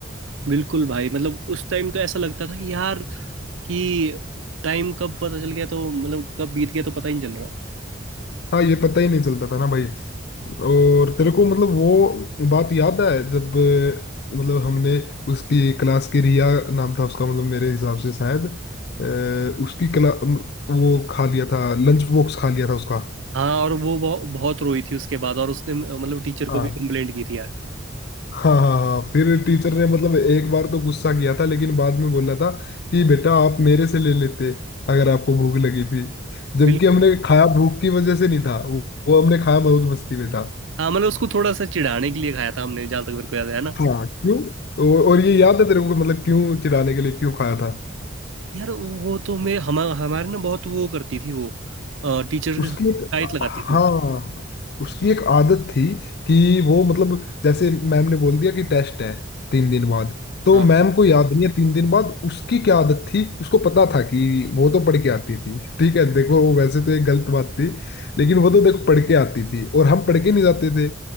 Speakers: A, on the right; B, on the left.
A: बिल्कुल भाई मतलब उस टाइम तो ऐसा लगता था कि यार कि टाइम कब पता चल गया तो मतलब कब बीत गया तो पता ही नहीं चल रहा
B: हाँ ये पता ही नहीं चलता था ना भाई और तेरे को मतलब वो बात याद है जब अ, मतलब हमने उसकी क्लास की रिया नाम था उसका मतलब मेरे हिसाब से शायद अ, उसकी क्ला वो खा लिया था लंच बॉक्स खा लिया था उसका
A: हाँ और वो बहु, बहुत रोई थी उसके बाद और उसने मतलब टीचर को
B: हाँ,
A: भी कंप्लेंट की थी यार
B: हाँ हाँ हाँ हाँ। फिर टीचर ने मतलब एक बार तो गुस्सा किया था लेकिन बाद में बोला था कि बेटा आप मेरे से ले लेते अगर आपको भूख लगी थी जबकि
A: बिल्कुल
B: हमने खाया भूख की वजह से नहीं था वो वो हमने खाया मौज मस्ती में था
A: हाँ मतलब उसको थोड़ा सा चिढ़ाने के लिए खाया था हमने जहाँ तक मेरे को याद है ना।
B: हाँ क्यों और और ये याद है तेरे को मतलब क्यों चिढ़ाने के लिए क्यों खाया था
A: यार वो तो मैं हम हमारे ना बहुत वो करती थी वो टीचर
B: उसकी
A: के साथ शिकायत
B: एक
A: लगाती
B: हाँ
A: थी
B: उसकी एक आदत थी कि वो मतलब जैसे मैम ने बोल दिया कि टेस्ट है तीन दिन बाद तो
A: हाँ
B: मैम को याद नहीं है तीन दिन बाद उसकी क्या आदत थी उसको पता था कि वो तो पढ़ के आती थी ठीक है देखो वो वैसे तो एक गलत बात थी लेकिन वो तो देखो पढ़ के आती थी और हम पढ़ के नहीं जाते थे